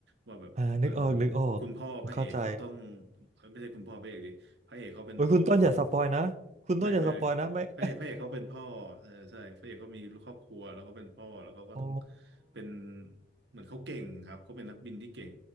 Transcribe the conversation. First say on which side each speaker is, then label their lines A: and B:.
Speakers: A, on the right; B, on the right.
A: ว่าแบบเออ
B: อ่านึกออกนึกออก
A: คุณพ่อพระเอกเขาต้อง
B: เข้าใจ
A: ไม่ใช่คุณพ่อพระเอกดิพระเอกเขาเป็นพ่อครับ
B: โอ้ยคุณต้นอย่าสปอยนะคุณต้นอย่าสปอยนะไม่
A: ไม่ไม่
B: <laughs>
A: พระเอกพระเอกเขาเป็นพ่อเออใช่พระเอกเขามีครอบครัวแล้วเขาเป็นพ่อแล้วเขาก็ต้อง
B: โอ้
A: เป็นเหมือนเขาเก่งครับเขาเป็นนักบินที่เก่ง